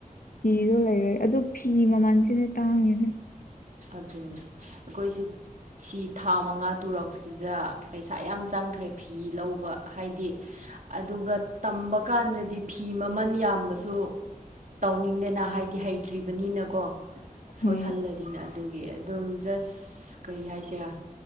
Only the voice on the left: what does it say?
ꯐꯤꯗꯣ ꯂꯩꯔꯦ ꯑꯗꯨ ꯐꯤ ꯃꯃꯜꯁꯤꯅꯦ ꯇꯥꯡꯉꯤꯁꯦ꯫
ꯍꯣꯏ